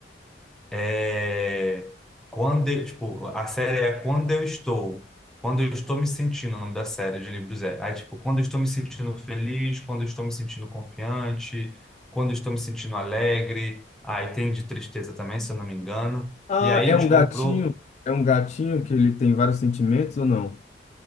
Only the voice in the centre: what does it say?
É, quando eu- tipo, a série é Quando Eu Estou. Quando eu estou me sentindo, o nome da série de livros é. Aí, tipo, quando eu estou me sentindo feliz, quando eu estou me sentindo confiante, quando eu estou me sentindo alegre. Aí tem de tristeza também, se eu não me engano.
E aí
a gente
comprou